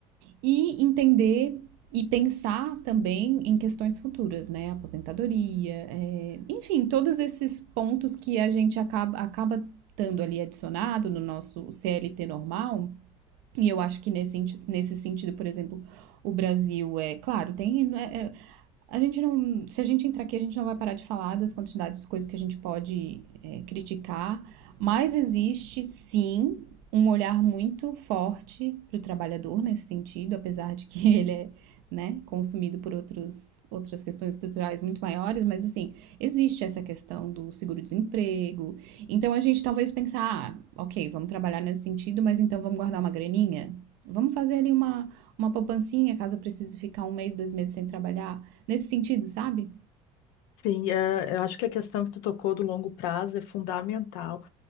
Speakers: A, on the right (about 75°); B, on the left (about 80°).
A: E entender e pensar também em questões futuras, né? Aposentadoria, é, enfim, todos esses pontos que a gente acaba, acaba estando ali adicionado no nosso CLT normal. E eu acho que nesse, nesse sentido, por exemplo, o Brasil é claro, tem né, é, a gente não. Se a gente entrar aqui, a gente não vai parar de falar das quantidades de coisas que a gente pode é, criticar, mas existe sim um olhar muito forte para o trabalhador nesse sentido, apesar de que <laughs> ele é né, consumido por outros, outras questões estruturais muito maiores, mas assim, existe essa questão do seguro-desemprego. Então a gente talvez pensar, ah, ok, vamos trabalhar nesse sentido, mas então vamos guardar uma graninha? Vamos fazer ali uma, uma poupancinha caso eu precise ficar um mês, dois meses sem trabalhar? Nesse sentido, sabe?
B: Sim, eh, eu acho que a questão que tu tocou do longo prazo é fundamental.